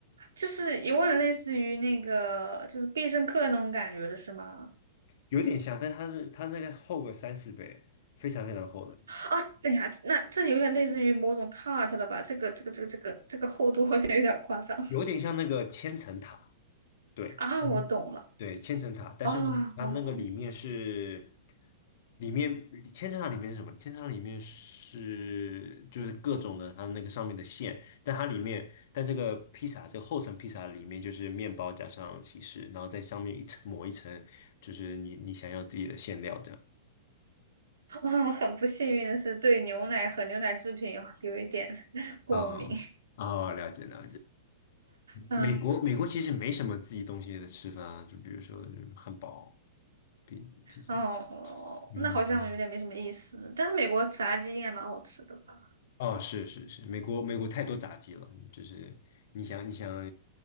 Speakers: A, on the right; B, on the left.
A: 就是有点类似于那个就是必胜客那种感觉是吗？
B: 有点像，但它是它这个厚个三四倍，非常非常厚的，
A: 啊，等一下，那这有点类似于某种 tart 了吧？这个这个这个这个这个厚度好像有点夸张
B: 有点像那个千层塔，对，
A: 啊！我懂了。
B: 对，千层塔，但是呢，
A: 啊哦哦，
B: 它那个里面是，里面千层塔里面是什么？千层塔里面是就是各种的它那个上面的馅，但它里面，但这个披萨这个厚层披萨里面就是面包加上起司，然后在上面一层抹一层，就是你你想要自己的馅料这样。
A: <laughs> 我很不幸运的是，对牛奶和牛奶制品有有一点 <laughs> 过敏。
B: 啊啊，了解了解。
A: 嗯，
B: 美国美国其实没什么自己东西的吃法，就比如说汉堡、披披萨，
A: 哦，
B: 嗯嗯。
A: 那好像有点没什么意思。但是美国炸鸡应该蛮好吃的吧？
B: 哦，是是是，美国美国太多炸鸡了，就是你想你想，